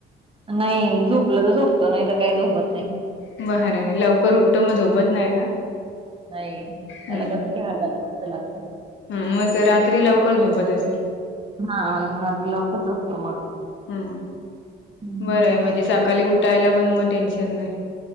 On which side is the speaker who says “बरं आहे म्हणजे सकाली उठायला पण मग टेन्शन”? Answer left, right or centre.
Left